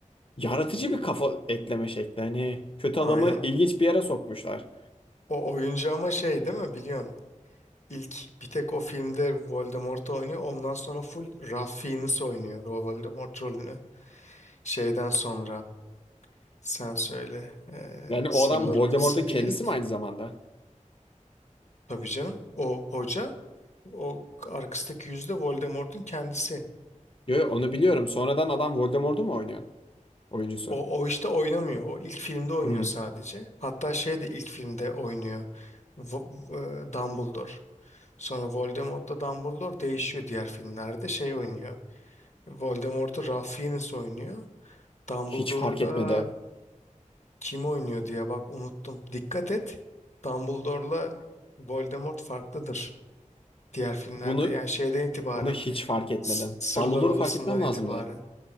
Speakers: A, on the left; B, on the left.
A: Yaratıcı bir kafa ekleme şekli. Hani kötü
B: Aynen.
A: adamı ilginç bir yere sokmuşlar.
B: O oyuncu ama şey değil mi biliyorsun? İlk bir tek o filmde Voldemort oynuyor. Ondan sonra full Ralph Fiennes oynuyor o Voldemort rolünü. Şeyden sonra sen söyle. eee,
A: Yani o
B: Sırlar
A: adam Voldemort'un
B: Odası
A: kendisi
B: değil
A: mi aynı zamanda?
B: tabii canım. O hoca o arkasındaki yüzde Voldemort'un kendisi.
A: Yo, yo, onu biliyorum. Sonradan adam Voldemort'u mu oynuyor? Oyuncusu.
B: O, o işte oynamıyor. O ilk filmde oynuyor
A: Hmm,
B: sadece. Hatta şey de ilk filmde oynuyor. Vo- eee, Dumbledore. Sonra Voldemort'la Dumbledore değişiyor diğer filmlerde. Şey oynuyor. Voldemort'u Ralph Fiennes oynuyor. Dumbledore'da
A: hiç fark etmedi.
B: kim oynuyor diye bak unuttum. Dikkat et. Dumbledore'la Voldemort farklıdır diğer filmlerde.
A: Bunu
B: Yani şeyden itibaren
A: Bunu hiç fark etmedim.
B: S- Sırlar
A: Dumbledore'u
B: Odası'ndan
A: fark etmem lazımdı.
B: itibaren